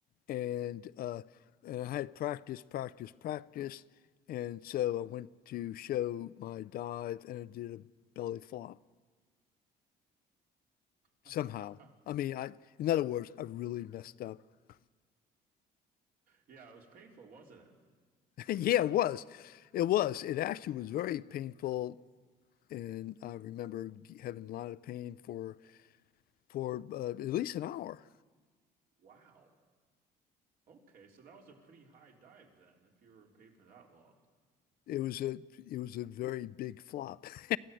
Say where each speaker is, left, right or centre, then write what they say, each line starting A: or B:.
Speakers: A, on the left; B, on the right.
A: and uh, and I had practice, practice, practice, and so I went to show my dive, and I did a belly flop somehow.
B: <laughs>
A: I mean, I in other words, I really messed up. <laughs>
B: Yeah, it was painful, wasn't it?
A: Yeah, it was, it was. It actually was very painful, and I remember g- having a lot of pain for for uh, at least an hour.
B: Wow. Okay, so that was a pretty high dive then, if you were in paid for that long.
A: It was a it was a very big flop. <laughs>